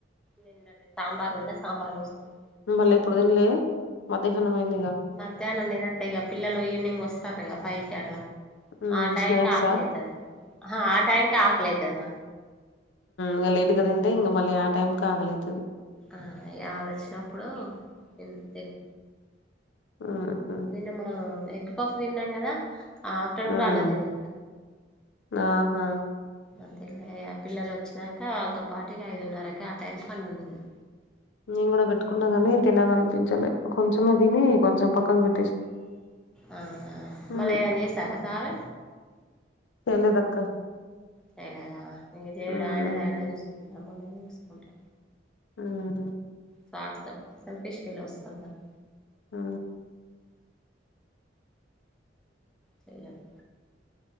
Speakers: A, in the centre; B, on the left (about 80°).
A: నిన్నడిది సాంబార్ ఉంటే సాంబార్ పోస్కున్నా
B: మళ్ళీ ఇప్పుడు దిన్లే మధ్యాహ్నం అయిందిగ
A: మధ్యాహ్నం తినట్టే ఇగ పిల్లలు ఈవినింగ్ వస్తారుగా ఫైకి అల
B: హ్మ్.
A: ఆ టైంకి
B: స్నాక్సా?
A: ఆకలైతది ఆ టైంకి ఆకలైతదిన
B: మ్ లేటుగా తింటే ఇంగ మళ్ళీ ఆ టైమ్కి ఆకలైతది
A: ఆ ఆళ్ వచ్చినప్పుడు ఇన్ తిన్
B: ఉమ్
A: నిన్న మనం ఎగ్ పఫ్ తిన్నాం కదా ఆఫ్టర్
B: హ్మ్.
A: కూడా అన్నం తిన్లే
B: ఆహా
A: అదేలే పిల్లలు వచ్చినాక ఆళ్ళతో పాటు ఇగ ఐదున్నరకి ఆ టైంకి అన్నం తిన్నా
B: నేను కూడా పెట్టుకున్నా కాని తినలనిపించలే కొంచెమే తిని కొంచెం పక్కకు పెట్
A: ఆ
B: హ్మ్.
A: మళ్ళా ఏమనా చేస్తారా సారు
B: చెయలేదక్క
A: చేయలేదా ఇంక చేయడు
B: హుహు.
A: ఆయనది ఆయనే చూసుకుంట మళ్ళ చూసుకుంటా
B: మ్మ్
A: స్వార్థం సెల్ఫిష్ ఫెల్లోస్ అందరు
B: ఆ
A: చేయాలి